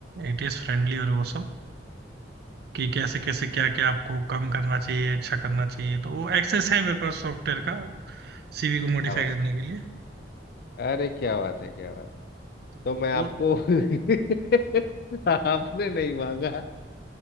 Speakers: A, on the right; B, on the left.
A: एटीएस फ्रेंडली और वो सब कि कैसे कैसे क्या क्या आपको कम करना चाहिए अच्छा करना चाहिए तो वो एक्सेस है मेरे पास सॉफ्टवेयर का सीवी को मॉडिफाई
B: क्या बात
A: करने के लिए
B: अरे क्या बात है क्या बात
A: तो
B: तो मैं
A: वो
B: आपको <laughs> आपने नहीं मांगा